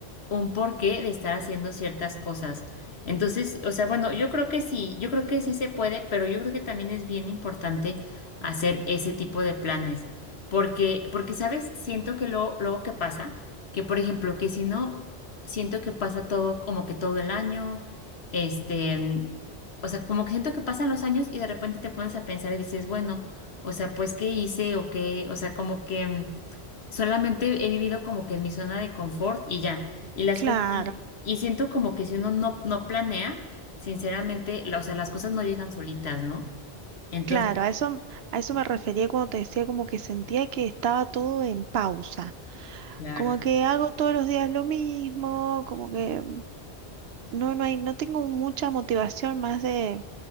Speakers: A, on the left (about 75°); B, on the right (about 70°).
A: un porqué de estar haciendo ciertas cosas. Entonces, o sea, bueno, yo creo que sí, yo creo que sí se puede, pero yo creo que también es bien importante hacer ese tipo de planes. Porque, porque, ¿sabes? Siento que luego, luego que pasa, que por ejemplo, que si no, siento que pasa todo como que todo el año, este, mm, o sea, como que siento que pasan los años y de repente te pones a pensar y dices, bueno, o sea, pues, ¿qué hice o qué? O sea, como que mm, solamente he vivido como que en mi zona de confort y ya. Y las
B: Claro,
A: cosas, y, y siento como que si uno no, no planea, sinceramente, la- o sea, las cosas no llegan solitas, ¿no? Entonces,
B: claro, a eso, a eso me refería cuando te decía como que sentía que estaba todo en pausa.
A: claro.
B: Como que hago todos los días lo mismo, como que no, no hay, no tengo mucha motivación más de